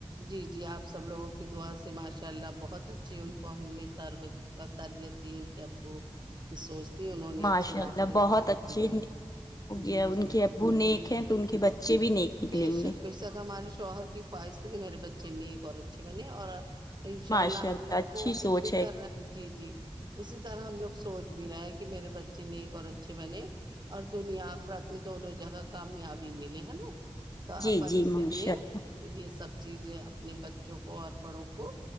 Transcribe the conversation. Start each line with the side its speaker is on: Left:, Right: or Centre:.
Right: جی جی آپ سب لوگوں کی دعا سے ماشاء اللہ بہت اچھیے ان کو ہم نے ترب تربیت دی ان کے ابو کی سوچ تھی انہوں نے
Left: ماشاء
Right: اچھے راستے
Left: اللہ
Right: میں
Left: بہت
Right: جی
Left: اچھے
Right: جی جی
Left: ہو گیا
Right: جی
Left: ان
Right: جی
Left: کے ابو
Right: جی
Left: نیک ہیں
Right: جی
Left: تو ان کے بچے بھی نیک نکلیں
Right: بے شک
Left: گے
Right: بے شک ہمارے شوہر کی خواہش ت کہ میرے بچے نیک اور اچھے بنے اور ان شاء
Left: ماشاء
Right: اللہ ہم لوگ
Left: اچھی
Right: کوشش
Left: سوچ
Right: بھی
Left: ہے
Right: کر رہے ہیں جی جی <unintelligible> اسی طرح ہم لوگ سوچ بھی رہے ہیں کہ میرے بچے نیک اور اچھے بنے اور دنیا آخرت میں دونوں جگہ کامیابی ملے ہے نا تو
Left: جی
Right: اپن
Left: جی
Right: اسی
Left: ماشاء
Right: لیے
Left: اللہ
Right: یہ سب چیزیں اپنے بچوں کو اور بڑوں کو